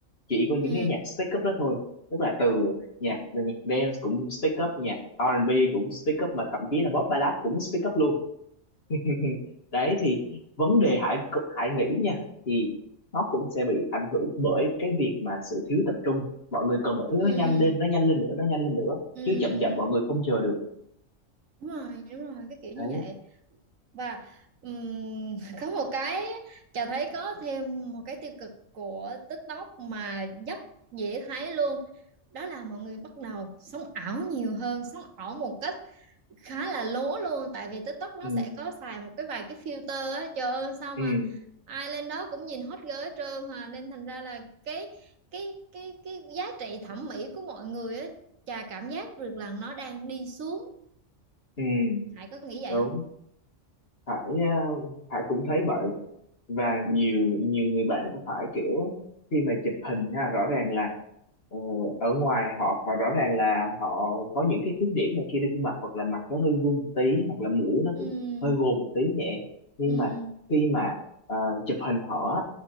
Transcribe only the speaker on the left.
chỉ có
những cái nhạc speak up đó thôi tức là từ nhạc nhạc dance cũng speak up nhạc R&B cũng speak up mà thậm chí là pop ballad cũng speak up luôn <laughs> Ừ. đấy thì vấn đề Hải Hải nghĩ nha thì nó cũng sẽ bị ảnh hưởng bởi cái việc mà sự thiếu tập trung mọi người cần mọi thứ
nó nhanh lên nó nhanh lên nữa nó nhanh lên nữa
chứ chậm chậm mọi người không chờ được
đấy
ừ
ừ
ừ
đúng
Hải ờ, Hải cũng thấy vậy và nhiều nhiều người bạn cũng phải kiểu khi mà chụp hình ha rõ ràng là ờ, ở ngoài họ họ rõ ràng là họ có những cái khuyết điểm này kia trên khuôn mặt hoặc là mặt nó hơi vuông một tí hoặc là mũi nó
cũng hơi gồ một tí nhẹ nhưng
mà khi mà ờ, chụp hình họ á,